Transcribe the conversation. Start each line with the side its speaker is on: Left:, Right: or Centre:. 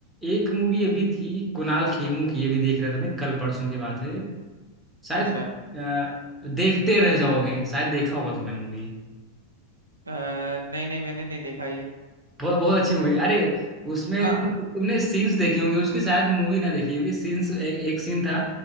Centre: एक मूवी अभी थी कुणाल खेमू की ये भी देख रहा था मैं कल परसों की बात है शायद
Right: अच्छा
Centre: अ, देखते रह जाओगे शायद देखा होगा तुमने मूवी
Right: अ, नहीं नहीं मैंने नहीं देखा ये
Centre: बहुत बहुत अच्छी मूवी अरे उसमें
Right: हाँ
Centre: तुम- तुमने सीन्स देखी होंगी उसकी शायद मूवी ना देखी होगी सीन्स एक, एक सीन था